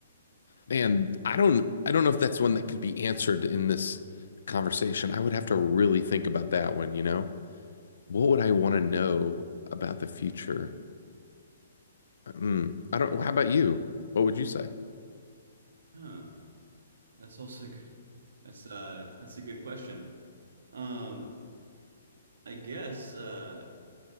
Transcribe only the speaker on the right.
Huh, that's also good. That's uh that's a good question. Um, I guess uh